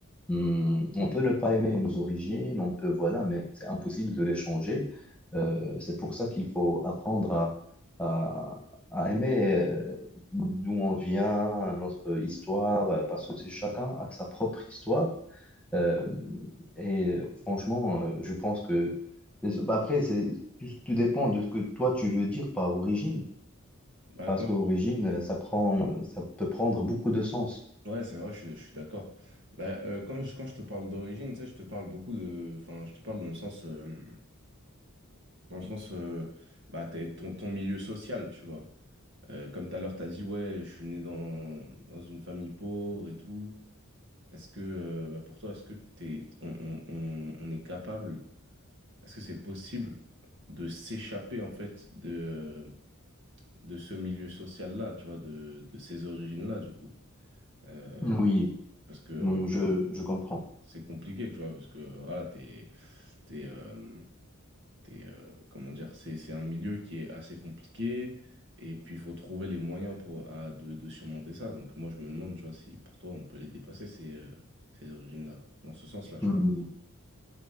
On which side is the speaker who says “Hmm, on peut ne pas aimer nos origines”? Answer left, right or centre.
Centre